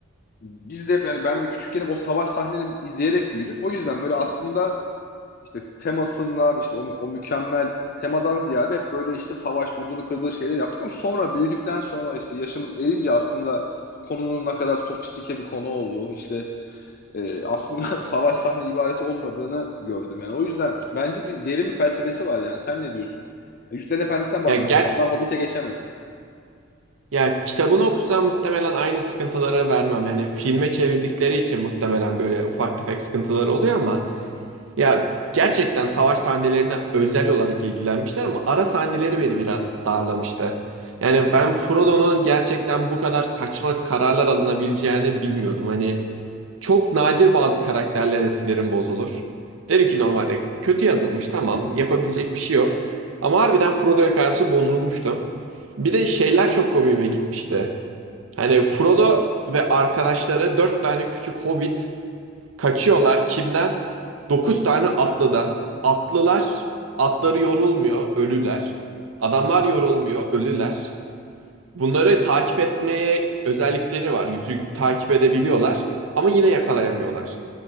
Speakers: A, on the left; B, on the right.
A: biz de hep yani ben de küçükken hep o savaş sahnelerini izleyerek büyüdük. O yüzden böyle aslında işte temasından işte o, o mükemmel temadan ziyade hep böyle işte savaş vurdulu kırdığı şeyler yaptık ama sonra büyüdükten sonra işte yaşımız erince aslında konunun ne kadar sofistike bir konu olduğu işte e, aslında <laughs> savaş sahne ibareti olmadığını gördüm yani. O yüzden bence bir derin bir felsefesi var yani. Sen ne diyorsun? Yüzden Efendisi'nden bahsediyorum.
B: Ya ger
A: Ben Hobbit'e geçemedim.
B: ya kitabını okusam muhtemelen aynı sıkıntılara vermem. Yani filme çevirdikleri için muhtemelen böyle ufak tefek sıkıntıları oluyor ama ya gerçekten savaş sahnelerine özel olarak ilgilenmişler ama ara sahneleri beni biraz darlamıştı. Yani ben Frodo'nun gerçekten bu kadar saçma kararlar alınabileceğini bilmiyordum. Hani Çok nadir bazı karakterlere sinirim bozulur. Derim ki normalde kötü yazılmış tamam yapabilecek bir şey yok. Ama harbiden Frodo'ya karşı bozulmuştum. Bir
A: Hı,
B: de şeyler çok komiğime gitmişti. Hani Frodo ve arkadaşları dört tane küçük hobbit kaçıyorlar kimden? Dokuz tane atlıdan. Atlılar, atları yorulmuyor, ölüler. Adamlar yorulmuyor, ölüler. Bunları takip etmeye özellikleri var. Yüzü takip edebiliyorlar ama yine yakalayamıyorlar.